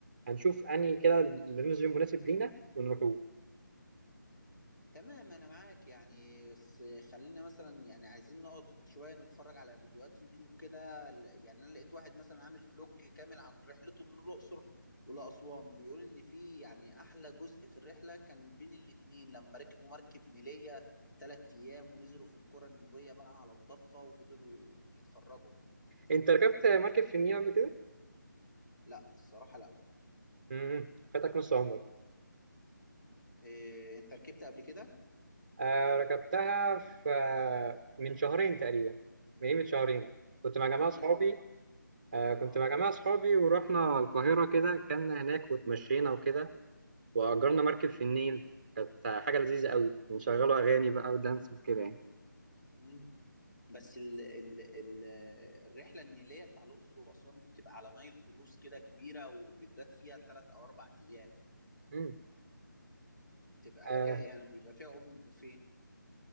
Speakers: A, on the right; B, on the left.
A: هنشوف انهي كده اللي نزل مناسب لينا ونروحوه
B: تمام انا معاك يعني بس خلينا مثلا يعني عايزين نقعد شوية نتفرج على فيديوهات يوتيوب كده ل- يعني انا لقيت واحد مثلا عامل فلوج كامل عن رحلته من الأقصر ولأسوان وبيقول ان في يعني احلى جزء في الرحلة كان بين الاتنين لما ركبوا مركب نيلية تلات ايام ونزلوا في القرى النوبية بقى على الضفة وفضلوا يتفرجوا
A: انت ركبت مركب في النيل قبل كده؟
B: لا الصراحة لا
A: امم فاتك نص عمرك
B: إيه انت ركبت قبل كده
A: آه ركبتها في آه، من شهرين تقريبا يعني من قيمة شهرين كنت مع جماعة
B: وعملت
A: صحابي
B: إيه؟
A: آه كنت
B: اه
A: مع جماعة صحابي ورحنا القاهرة كده كنا هناك وتمشينا وكده وأجرنا مركب في النيل كانت آه، حاجة لذيذة قوي بنشغلوا أغاني بقى ودانس وكده يعني
B: مم. بس ال... ال... ال... الرحله النيليه بتاع الاقصر واسوان دي بتبقى على نايل كروز كده كبيره وبتبات فيها ثلاث او اربع ايام
A: امم
B: تبقى
A: آه
B: حكايه يعني وبيبقى فيها اوبن بوفيه